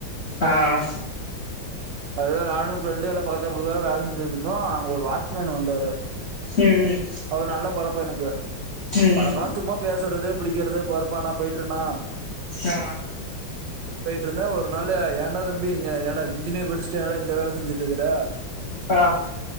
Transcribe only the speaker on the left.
ஆ ஆ
ம்
ம்
ஆ
ஆ